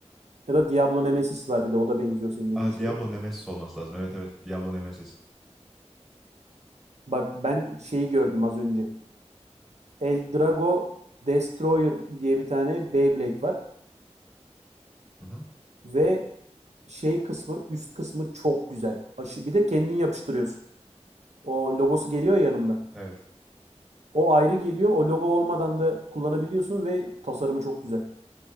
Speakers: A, on the right (about 75°); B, in the centre.
A: Ya da Diablo Nemesis var bir de o da benziyor senin dediğin
B: Aa,
A: şeye.
B: Diablo Nemesis olması lazım. Evet evet. Diablo Nemesis.
A: Bak ben şeyi gördüm az önce. Eldrago Destroyer diye bir tane Beyblade var.
B: Hı hı.
A: Ve şey kısmı üst kısmı çok güzel. Aşı, bir de kendin yapıştırıyorsun. O logosu geliyor ya yanında.
B: Evet.
A: O ayrı geliyor. O logo olmadan da kullanabiliyorsun ve tasarımı çok güzel.